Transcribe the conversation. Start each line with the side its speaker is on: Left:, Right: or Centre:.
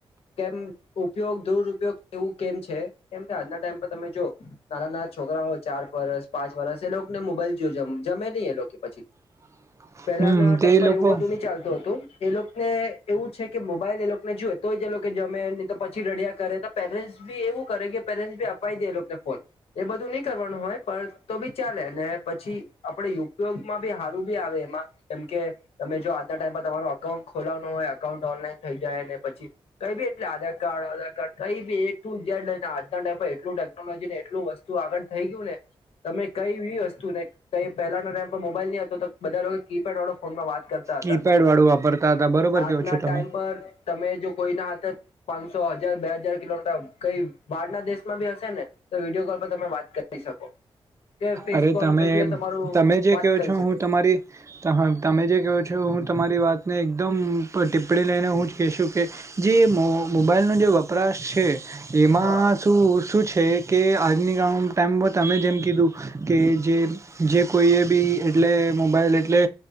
Left: કેમ ઉપયોગ દુરપયોગ એવું કેમ છે? કેમ કે આજના ટાઈમ પર તમે જો નાના નાના છોકરાઓ ચાર વરસ પાંચ વરસ એ લોકોને મોબાઈલ જો જમે નહી એ લોકો પછી.
Right: <unintelligible>
Left: પહેલાના ટાઈમ
Right: તે
Left: પર
Right: લોકો
Left: એવું બધું ની ચાલતું હતું. એ લોકોને એવું છે કે મોબાઈલ એ લોકોને જોુએ તોય જે લોકો જમે નહી તો પછી રડિયા કરે. તો પેરેન્ટ બી એવું કરે કે પેરેન્ટ બી અપાઈ દે એને ફોન એ બધું નહી કરવાનું હોય તો બી ચાલે ને પછી આપણે ઉપયોગમાં બી હારું બી આવે એમાં કેમ કે તમે જો આ ટાઈમ તમારો અકાઉન્ટ ખોલાવનું હોય અકાઉન્ટ ઓનલાઈન થઈ જાય ને પછી કઈ બી એટલે આધાર કાર્ડ આધાર કાર્ડ કઈ બી એ ટુ ઝેડના, આજના ટાઈમ એટલું ટેકનોલોજી ને એટલું વસ્તુ આગળ થઈ ગયું ને તમે કઈ એવી વસ્તુ ને કઈ પહેલા ના ટાઈમ પર મોબાઈલ નહી હતો તો બધા લોકો કીપેડ વાળો ફોનમાં વાત કરતા હતા.
Right: કીપેડ વાળું વાપરતા હતા બરોબર
Left: આજના
Right: કેવો છો
Left: ટાઈમ
Right: તમે
Left: પર તમે જો કોઈના હાથે પાંસો હજાર બે હજાર કિલોમીટર કઈ બહાર ના દેશમાં ભી હશે ને તો વિડીયો કોલ પર તમે વાત કરી શકો. કે ફેસ
Right: અરે
Left: કોલ
Right: તમે
Left: એટલે
Right: એમ
Left: તમારું
Right: તમે જે
Left: વાત
Right: કયો
Left: કરી
Right: છો
Left: શકે
Right: હું તમારી ત તમે જે કહ્યો છો એ હું તમારી વાત ને એકદમ ટીપ્પણી લઈને હું જ કહેશું કે જે મો મોબાઈલનો જે વપ પરાશ એમાં
Left: હા
Right: શું શું છે કે આજની આમ ટાઈમમાં તમે જેમ કીધું કે જે-જે કોઈએ બી એટલે મોબાઈલ એટલે